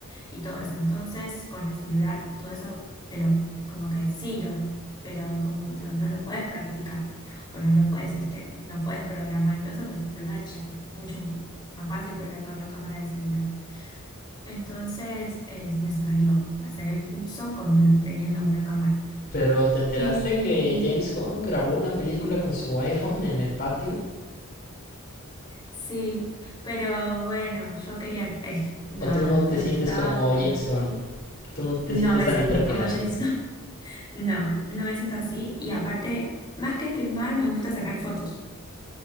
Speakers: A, on the left; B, on the left.
A: y todo eso. Entonces con el celular todo eso te lo, es como que sí lo, pero como lo- no lo puedes practicar o no lo puedes, viste, no puedes programar y todo eso porque el celular ya es mucho más fácil programar la cámara del celular. Entonces es necesario hacer el curso con un- teniendo una cámara.
B: Pero ¿te enteraste
A: Y
B: que James Gunn grabó una película con su iPhone en el patio?
A: sí, pero bueno, yo quería, eh, nada,
B: ¿O tú no te
A: me
B: sientes
A: gustaba,
B: como
A: mm,
B: James Gunn? ¿Tú no te
A: no
B: sientes
A: me
B: tan
A: siento
B: intrépida?
A: como James Gunn. <laughs> no, no me siento así. Y aparte, más que filmar, me gusta sacar fotos.